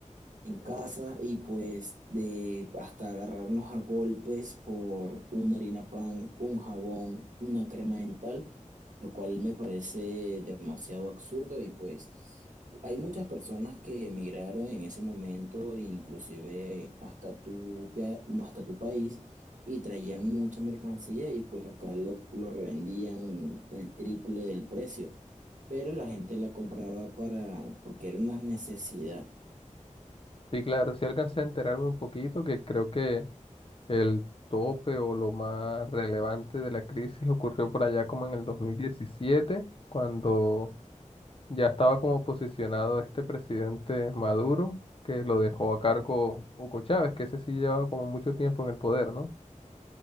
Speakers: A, on the right; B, on the left.
A: en casa y pues de hasta agarrarnos a golpes por una harina pan, un jabón, una crema dental, lo cual me parece demasiado absurdo y pues hay muchas personas que emigraron en ese momento, inclusive hasta tu, pa- hasta tu país. Y traían mucha mercancía y pues acá lo, lo revendían el triple del precio. Pero la gente la compraba para, porque era una necesidad.
B: Y claro, sí alcancé a enterarme un poquito que creo que el tope o lo más relevante de la crisis ocurrió por allá como en el 2017, cuando Ya estaba como posicionado este presidente Maduro, que lo dejó a cargo Hugo Chávez, que ese sí llevaba como mucho tiempo en el poder, ¿no?